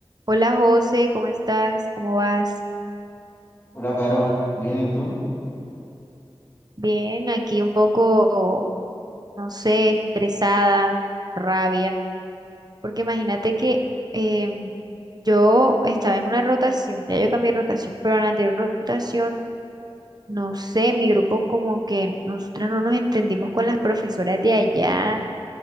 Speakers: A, on the right; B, on the left.
A: Hola José, ¿cómo estás? ¿Cómo vas?
B: Hola, Caro. Bien, ¿y tú?
A: Bien, aquí un poco, no sé, estresada, rabia, porque imagínate que eh, yo estaba en una rotación, ya yo cambié de rotación, pero en la anterior rotación, no sé, mi grupo como que nosotras no nos entendimos con las profesoras de allá